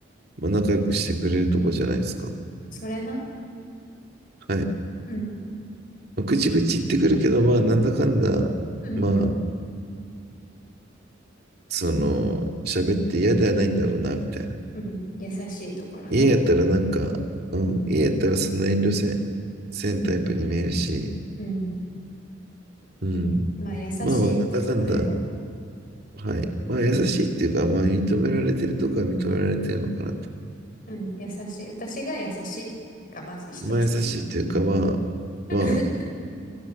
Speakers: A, on the right; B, on the left.
A: まあ、仲良くしてくれるとこじゃないですか。
B: それな。
A: はい。
B: うん。
A: まあ、ぐちぐち言ってくるけど、まあ、なんだかんだ、
B: うん。
A: まあ、その、喋って嫌ではないんだろうな、みたいな。
B: うん。優しいところね。
A: 家やったらなんか、うん、家やったらそんな遠慮せん、せんタイプに見えるし、
B: うん。
A: うん。
B: えまあ、優しいってとこだよね。
A: まあまあ、なんだかんだ、はい。まあ、
B: うん。
A: 優しいっていうか、まあ、認められてるとか認められてるのかなと。
B: うん。優しい。私が優しいがまず一つね。
A: まあ、優しいっていうか、まあ、
B: <laughs>
A: まあ、